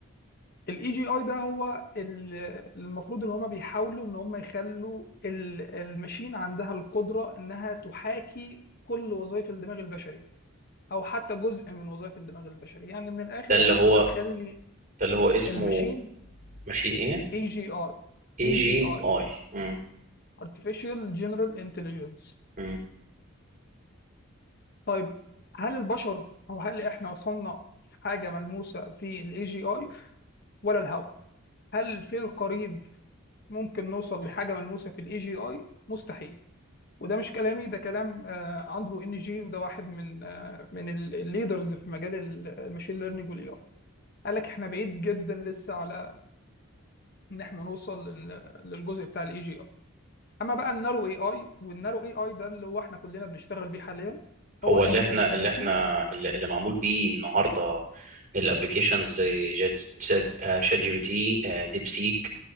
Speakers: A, on the left (about 45°); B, on the right (about 40°).
A: الاي جي اي ده هو ال- المفروض ان هم بيحاولوا ان هم يخلوا ال- الماشين عندها القدره انها تحاكي كل وظائف الدماغ البشري او حتى جزء من وظائف الدماغ البشري يعني من الاخر
B: ده اللي
A: ان
B: هو
A: انت تخلي
B: ده اللي هو اسمه
A: الماشين
B: ماشين ايه
A: اي جي اي
B: اي
A: اي
B: جي
A: جي اي
B: اي مم،
A: artificial general intelligence
B: مم.
A: طيب هل البشر او هل احنا وصلنا في حاجه ملموسه في الاي جي اي ولا الهوى هل في القريب ممكن نوصل لحاجه ملموسه في الاي جي اي مستحيل وده مش كلامي ده كلام آه، اندرو ان جي وده واحد من آه، من الليدرز في مجال الماشين ليرنينج والاي اي قال لك احنا بعيد جدا لسه على ان احنا نوصل لل- للجزء بتاع الاي جي اي اما بقى النارو اي اي والنارو اي اي ده اللي هو احنا كلنا بنشتغل بيه حاليا
B: هو
A: هو ان
B: اللي احنا
A: الماشين
B: اللي احنا اللي, اللي معمول بيه النهارده الابلكيشنز زي جات- شات آه، شات جي بي تي آه، ديب سيك